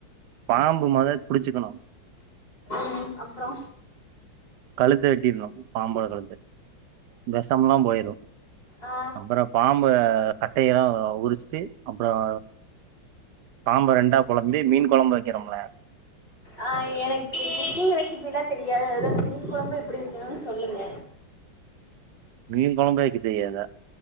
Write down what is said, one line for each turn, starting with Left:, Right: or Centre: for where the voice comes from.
Right: பாம்பு முத புடிச்சுக்கணும்
Left: ம் அப்றோ
Right: கழுத்த வெட்டிருனும் பாம்போட கழுத்தை வெசம்ல்லாம் போயிரும்
Left: ஆ
Right: அப்புறம் பாம்ப கட்டாய உரிச்சிட்டு அப்புறம் பாம்ப ரெண்டா நம்ம எப்டி மீன் குழம்பு வக்கிறோம்ல
Left: ஆஹ் எனக்கு குக்கிங் ரெசிபிலாம் தெரியாது அதுதான் மீ மீன் குழம்பு எப்படி வெய்க்கணுன்னு சொல்லுங்க
Right: மீன் கொலம்பே வெய் தியதா